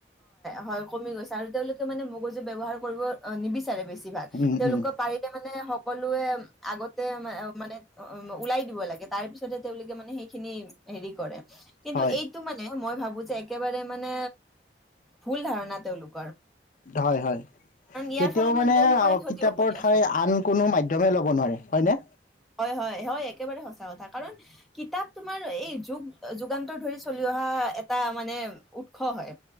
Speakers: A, in the centre; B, on the left.
A: হয় কমি গৈছে আৰু তেওঁলোকে মানে মগজু ব্যৱহাৰ কৰিব নিবিচাৰে বেছি ভাগ।
B: উম
A: তেওঁলোকৰ
B: উম
A: পাৰিলে মানে সকলোৱে আগতে মানে উ ওলাই দিব লাগে। তাৰ পিছত তেওঁলোকে মানে সেইখিনি হেৰি কৰে। কিন্তু
B: হয়
A: এইটো মানে মই ভাবো যে একেবাৰে মানে ভুল ধাৰণা তেওঁলোক।
B: হয়, হয়।
A: ইয়াৰ
B: কেতিয়াও
A: ফলত
B: মানে
A: তেওঁলোকৰে
B: অ'
A: ক্ষতি
B: কিতাপৰ
A: হ'ব দিয়াচোন।
B: ঠাই আন কোনো মাধম্যমে ল'ব নোৱাৰে হয় নে?
A: হয়, হয়, হয় একেবাৰে সঁচা কথা। কাৰণ কিতাপ তোমাৰ এই যান্তৰ ধৰি চলি অহা এটা মানে উৎস হয়।